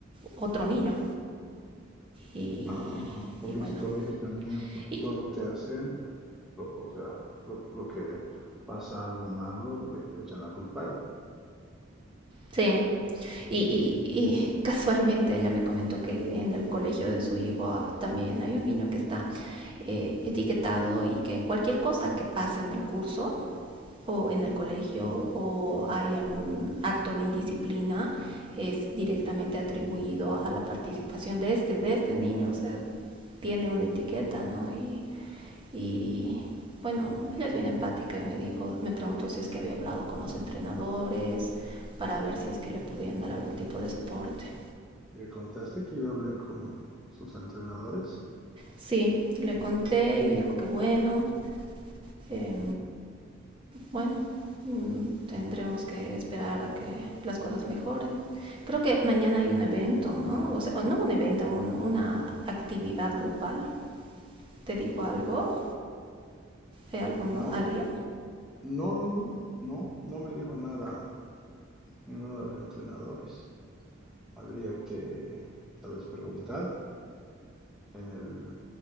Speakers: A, on the right; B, in the centre.
A: otro niño Y,
B: Ajá, porque
A: y bueno,
B: en su colegio también, pues
A: y,
B: todo lo que hacen, lo- o sea, lo, lo que pasa algo malo, le echan la culpa a él.
A: sí, y, y, y casualmente ella me comentó que en el colegio de su hijo ah, también hay un niño que está eh, etiquetado y que cualquier cosa que pase en el curso o en el colegio o hay algún acto de indisciplina es directamente atribuido a la participación de este, de este niño, o sea, tiene una etiqueta, ¿no? Y, Y bueno, ella es bien empática y me dijo, me preguntó si es que había hablado con los entrenadores para ver si es que le podían dar algún tipo de soporte.
B: ¿Le contaste que yo hablé con sus entrenadores?
A: Sí, le conté y me dijo que bueno, eh, bueno, mm, tendremos que esperar a que las cosas mejoren. Creo que mañana hay un evento, ¿no? O sea, no un evento, un- una actividad grupal. ¿Te dijo algo? ¿De alguno,
B: No,
A: alguien?
B: no, no, no, no, no me dijo nada ninguno de los entrenadores. Habría que tal vez preguntar en el,